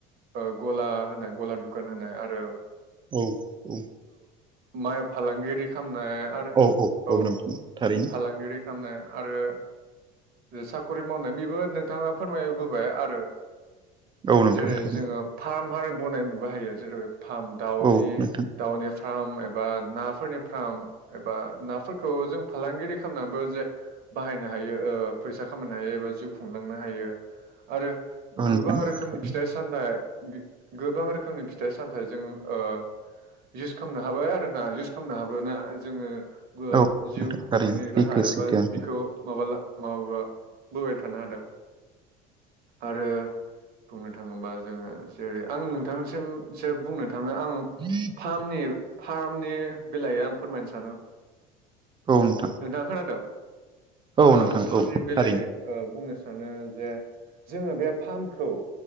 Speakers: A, on the right; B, on the right.
A: ओ गला होनो गला दुखान होनोआरो
B: औ-औ
A: माइ फालांगिरि खालामनाय आरो
B: औ
A: औ
B: नोंथां थारैनो
A: फालांगिरि खालामनाय आरो साखरि मावनाय बेबो नोंथाङा फोरमायबोबाय आरो
B: औ नोंथां
A: जेरै
B: थारैनो
A: जोङो फार्म आरो बनायनोबो हायो जेरै फार्म दाउनि
B: औ नोंथां
A: दाउनि फार्म एबा नाफोरनि फार्म एबा नाफोरखौ जों फालांगिरि खालामनानैबो जे बाहायनो हायो फैसा खामायनो हायो एबा जिउ खुंलांनो हायो आरो
B: औ
A: गोबां
B: नोंथां थारैनो
A: रोखोमनि फिथाइ सामथाइ गोबां रोखोमनि फिथाइ सामथाइ जों ओ इउस खालामनो हाबाय आरो ना इउस खालामनो हाबो ना जोङो ओ
B: औ
A: जिउ
B: नोंथां
A: खुंनायनि
B: थारैनो सैथो
A: राहा एबा
B: सैथो
A: बिखौ माबा माबा बोबाय थानो हादों आरो बुंनो थाङोबा जोङो जेरै आं नोंथांनिसिमसो बुंनो थाङो आं
B: <inaudible>
A: फारामनि फारामनि बेलायै आं फोरमायनो सानो
B: औ नोंथां
A: नोंथाङा खोनादों
B: औ
A: आं
B: नोंथां
A: फारमनि
B: औ थारैनो
A: बेलायाव बुंनो सानो जे जोङो बे फार्मखौ